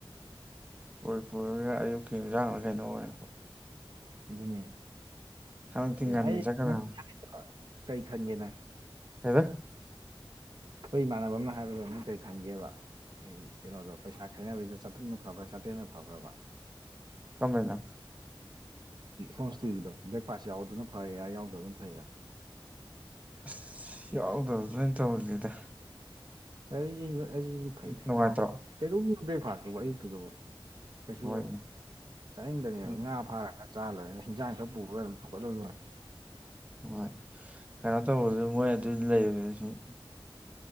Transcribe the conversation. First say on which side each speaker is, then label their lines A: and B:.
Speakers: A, on the right (about 15°); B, on the right (about 50°).
A: ꯈꯣꯏ ꯄꯨꯔꯒ ꯑꯌꯨꯛꯀꯤ ꯍꯤꯟꯖꯥꯡꯂꯥꯥ ꯀꯩꯅꯣ ꯑꯣꯏꯔꯕ
B: ꯑꯗꯨꯅꯦ
A: ꯈꯪꯇꯤ
B: ꯑꯦ
A: ꯉꯟꯅ
B: ꯑꯩ
A: ꯆꯠꯀꯗꯕꯅꯤ
B: <unintelligible> ꯀꯩ ꯈꯟꯒꯦꯅ
A: ꯀꯩꯕꯥ
B: ꯈꯣꯏ ꯏꯃꯥꯟꯅꯕ ꯑꯃꯅ ꯍꯥꯏꯕꯗꯣ ꯅꯪ ꯀꯩ ꯈꯟꯒꯦꯕ ꯑꯩ ꯀꯩꯅꯣꯗꯣ ꯄꯩꯁꯥ ꯈꯥꯏꯅꯕꯩꯗꯣ ꯆꯥꯇꯔꯨꯛꯅ ꯐꯕ꯭ꯔꯥ ꯆꯥꯇꯔꯦꯠꯅ ꯐꯕ꯭ꯔꯕ
A: ꯀꯝꯕꯩꯅꯣ
B: ꯍꯣꯝꯁꯇꯦꯒꯤꯗꯣ ꯕ꯭ꯔꯦꯛꯐꯥꯁ ꯌꯥꯎꯕꯗꯨꯅ ꯐꯔꯤꯔꯥ ꯌꯥꯎꯗꯕꯗꯨꯅ ꯐꯩꯔꯥ
A: ꯑꯁ ꯌꯥꯎꯗꯕꯗꯨꯗ ꯑꯣꯏꯅꯥ ꯇꯧꯔꯖꯦꯗꯥ
B: <unintelligible> ꯐꯩꯗ
A: ꯅꯨꯡꯉꯥꯏꯇ꯭ꯔꯣ
B: ꯌꯥꯎ ꯀꯩꯗꯧꯗꯣꯏꯅꯣ ꯕ꯭ꯔꯦꯛꯐꯥꯁꯇꯨꯕꯣ ꯑꯌꯨꯛꯇꯨꯗꯕꯨ ꯀꯩꯁꯨ
A: ꯍꯣꯏꯅꯦ
B: ꯆꯥꯅꯤꯡꯗꯅꯦꯕ
A: ꯎꯝ
B: ꯉꯥ ꯐꯥꯔꯒ ꯆꯥ ꯂꯣꯏꯔꯦ ꯍꯤꯟꯖꯥꯡ ꯈꯔ ꯄꯨꯈꯔ ꯑꯗꯨꯝ ꯊꯣꯡꯒꯠꯂꯨꯔꯥ ꯂꯣꯏꯔꯦ
A: ꯍꯣꯏ ꯀꯩꯅꯣ ꯇꯧꯔꯥꯖꯨ ꯃꯣꯏ ꯑꯗꯨ ꯂꯩꯔꯤꯃꯤꯅ ꯁꯨꯝ